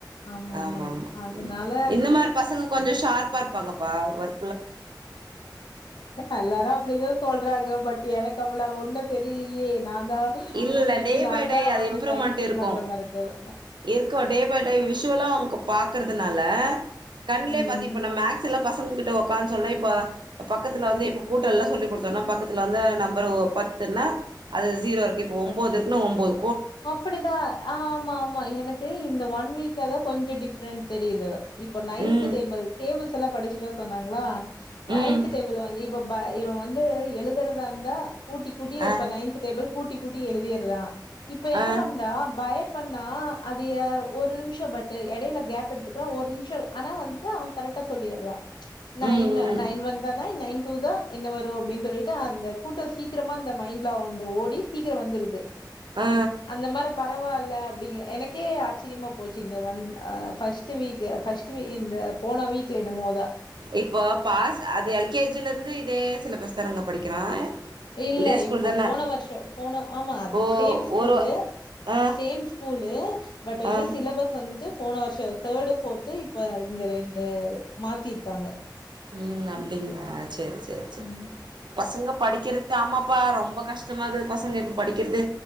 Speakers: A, on the left; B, on the right.
A: ஆமாமாங்க.
B: ஆமாமா
A: அதனால
B: இந்த மா கொஞ்சம் ஷார்ப்பாக இருப்பாங்கப்பா ஒர்
A: எல்லாரும் அப்டிதான் சொல்றாங்க பட் எனக்கு அப்புளா ஒண்ணு தெரியலையே நான் தான்
B: இல்லல்ல
A: முக்கி முக்கி
B: டே
A: நான்
B: பை டே
A: தான் அவங்க
B: அது இம்ப்ரூவ்மெண்ட்
A: டைம் ஸ்பெண்ட்
B: இருக்கும்.
A: பண்ற மாதிர இருக்கது
B: இருக்கும் டே பை டே விஷுவலா அவங்க பாக்குறதுனால கண்லே
A: ம்.
B: பாத்திப்ப ந மேக்ஸ்ல பச கிட்ட உக்கார்னு சொன்ன இப்ப பக்கத்துல வந்து இப்ப கூட்ட எல்லம் சொல்லிக் கொடுத்தோனா பக்கத்து வந்து நம்பர் பத்து னா அது ஜீரோ இருக்கு இப்ப ஒம்போதுன்னு ஒம்போது
A: அப்படிதான் ஆமாமா எனக்கு இந்த ஒன் வீக்க தான் கொஞ்சம் டிஃப்ரெண்டட் தெரியுது இபப நைன்த்
B: ம்,
A: டேபிள் டேபிள்ஸ் எல்லாம் படிச்சுட்ட சொன்னாங்களா நைன்த்
B: ம்.
A: டேபிள் வந்து இப்ப இவன் வந்து எழுதுறதாருந்தா கூட்டி கூட்டி
B: அ,
A: இப்ப நைந்த் டேபிள் கூட்டி கூட்டி எழுதிய இப்ப என்ன
B: ஆ,
A: பண்றா பய பண்ணா அது ஒரு நிமிஷம் பட் இடையில கேப் எடுத்துக்கிற ஒரு நிமிஷம் ஆனா வந்துட்டு அவன் கரெக்ட் ட சொல்லிற நைன்
B: ம், ம்.
A: நைன் ஒன்சா நைன் நை டு த என்ன வரும் அப்படின் சொல்லிட்டு அந்த கூட்டல் சீக்கிரமா இந்த மைண்ட்ல வந்து ஓடி சீக்கிரம் வந்துருது
B: ஆ.
A: அந்த மார பரவால்ல அப்படிங்கறேன் எனக்கே ஆச் சிமா போச்சு இந்த ஒன் அ ஃபஷ்ட்டு வீக்கு ஃபஷ்ட்டு வீக் இந்த போன வீக்ல னமோதான்
B: இப்போ பாஸ் அது எல்கேஜிில இருந்து இதே சிலபஸ் தாநங்க படிக்கிறா
A: இல்ல
B: இதே ஸ்கூல்
A: இப்போ
B: தான
A: போன வருஷம் போன ஆமா
B: ஓ
A: சேம் ஸ்கூலு
B: ஒரு ஆ
A: சேம் ஸ்கூலு பட் வந்து
B: ஆ
A: சிலபஸ் வந்துட்டு போன வருஷம் தேர்டு ஃபோர்த்து இப்ப இந்த ரெண்டு மாத்திருக்காங்க
B: ம் அப்படிங்ளா சேர் சேர் சேர்
A: ம்
B: பசங்க படிக்கிறது ஆமாப்பா ரொம்ப கஷ்டமாகுது பசங்க இப்ப படிக்கிறது